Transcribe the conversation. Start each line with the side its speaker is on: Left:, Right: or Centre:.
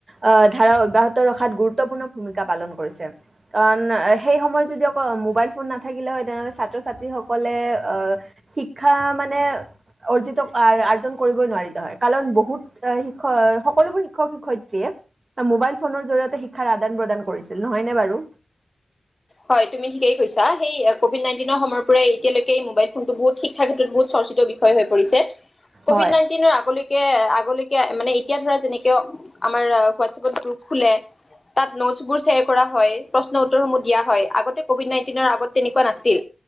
Right: আহ ধাৰা অব্যাহত ৰখাত গুৰুত্বপূৰ্ণ ভূমিকা পালন কৰিছে কাৰণ সেই সময়ত যদি অকল মোবাইল ফোন নাথাকিলে হয় তেনেহলে ছাত্ৰ ছাত্ৰীসকলে আহ শিক্ষা মানে অৰ্জিত আৰ্জন কৰিবই নোৱাৰিলে হয় কাৰণ বহুত শিক্ষক সকলোবোৰ শিক্ষক শিক্ষয়িত্ৰীয়ে মোবাইল ফোনৰ জৰিয়তে শিক্ষাৰ আদান প্ৰদান কৰিছিল নহয়নে বাৰু
Left: হয় তুমি ঠিকেই কৈছা সেই কভিড নাইণ্টিনৰ সময়ৰ পৰাই এতিয়ালৈকে এই মোবাইল ফোনটো বহুত শিক্ষাৰ ক্ষেত্ৰত বহুত চৰ্চিত বিষয় হৈ পৰিছে।। কভিড
Right: হয়,
Left: নাইণ্টিনৰ আগলৈ আগলৈকে মানে এতিয়া ধৰা যেনেকে আমাৰ হোৱাটছপত গ্ৰুপ খোলে তাত নোটছ বোৰ শ্বেয়াৰ কৰা হয়। প্ৰশ্ উত্তৰ। দিয়া হয় আগতে। কভিড নাইণ্টিনৰ আগত তেনেকুৱা নাছিল।